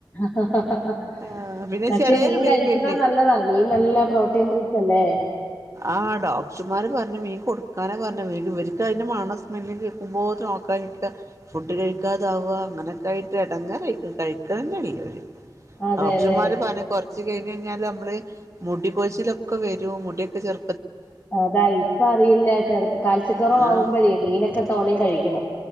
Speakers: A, on the left; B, on the right.
A: ആ
B: ആ പിന്നെ
A: പക്ഷേ
B: ചെറിയൊരു
A: മീൻ
B: ബേബി
A: കഴിക്കുന്നത്
B: ഉണ്ട്
A: ന്നല്ലതാ മീൻ നല്ല പ്രോട്ടീൻ റിച്ചല്ലേ
B: ആഹ ഡോക്ട്ട്റ് ച്ചുമാര് പറഞ്ഞു മീൻ കൊടുക്കാന പറഞ് ഇവര് ഇവര്ക്കയ്ന്റെ മണോം സ്മെല്ലും കേക്കുമ്പോത്തിന് ഓക്കാനി ക്ക ഫുഡ് കഴിക്കാതാവാ അങ്ങനെക്കായ്ട്ട് എടങ്ങറയ്ട്ട് കയ്ക്കന്നേണെ
A: അതെല്ലേ
B: ഡോക്ട്ട്റ്മാര് പറഞ് കൊറച്ച് ച്ച് കയ്ഞ്ഞയ്ഞ്ഞാലമ്മള് മുടി കൊഴിച്ചിലൊക്കെ വരും മുടിയൊക്കെ ചെർ
A: അതാ ഇപ്പ അറിയില്ല ചെറുപ്പ കാൽസ്യക്കുറവാവുമ്പഴേ
B: ആഹ്
A: മീനൊക്കെ തോനെ കഴിക്കണം